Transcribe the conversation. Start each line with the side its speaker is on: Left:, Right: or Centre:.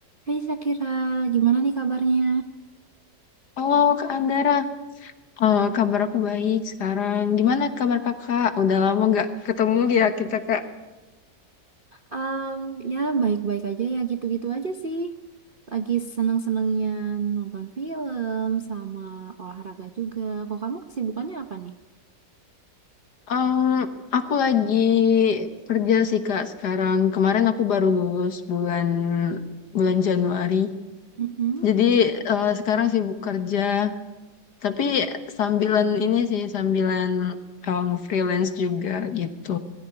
Right: Hai Sakira, gimana nih kabarnya?
Left: halo Kak Anggara, Eh, kabar aku baik sekarang. Gimana kabar kakak? Udah lama nggak ketemu ya kita, Kak.
Right: Em, ya baik-baik aja ya gitu-gitu aja sih. Lagi seneng-senengnya nonton film sama olahraga juga. Kok kamu kesibukannya apa nih?
Left: Em, aku lagi kerja sih, Kak, sekarang. Kemarin aku baru lulus bulan bulan Januari.
Right: Mhm.
Left: Jadi eh, sekarang sibuk kerja, tapi sambilan ini sih, sambilan eh, freelance juga gitu.